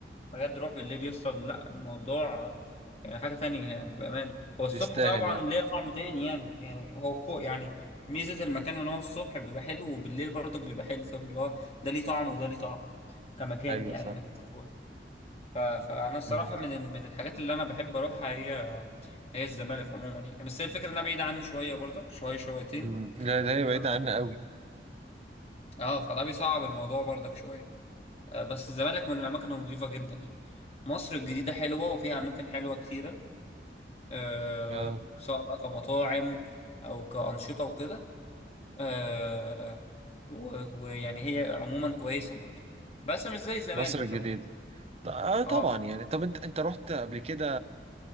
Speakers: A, on the left; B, on the right.
A: بجد روح بالليل يوصل لا الموضوع يعني حاجة تانية يعني بأمانة هو الصبح
B: يستاهل
A: طبعا
B: يعني
A: ليه طعم تاني يعني يعني هو كو يعني ميزة المكان ان هو الصبح بيبقى حلو وبالليل برضك بيبقى حلو فاهم اللي هو ده ليه طعم وده ليه طعم كمكان
B: ايوه
A: يعني
B: صح
A: انك تتصور ف- فأنا الصراحة
B: مم.
A: من ال- من الحاجات اللي أنا بحب أروحها هي هي الزمالك عموما يعني بس هي الفكرة إنها بعيدة عني شوية برضك شوية شويتين
B: مم. لا ده هي
A: ف-
B: بعيدة عنا قوي
A: اه فده بيصعب الموضوع برضك شوية آه، بس الزمالك من الأماكن النظيفة جدا يعني مصر الجديدة حلوة وفيها أماكن حلوة كتيرة آه،
B: اه
A: سواء بقى كمطاعم او كأنشطة وكده آه، و- ويعني هي عموما كويسة برضه بس مش زي الزمالك
B: مصر الجديدة
A: طبعا
B: ط- اه
A: اه
B: طبعا يعني طب انت انت رحت قبل كده